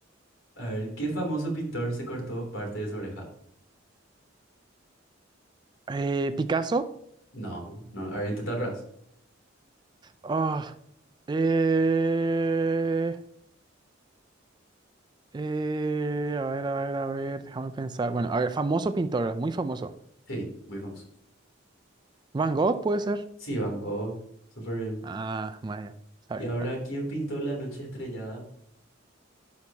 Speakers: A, on the left; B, on the right.
A: A ver, ¿qué famoso pintor se cortó parte de su oreja?
B: Eh, Picasso.
A: No, no, a ver, intenta atrás.
B: Ah, eh, eh, a ver, a ver, a ver, déjame pensar. Bueno, a ver, famoso pintor, muy famoso.
A: Sí, muy famoso.
B: Van Gogh puede ser.
A: Sí, Van Gogh, súper bien.
B: Ah, Maya, sabe,
A: Y ahora,
B: sabe.
A: ¿quién pintó La noche estrellada?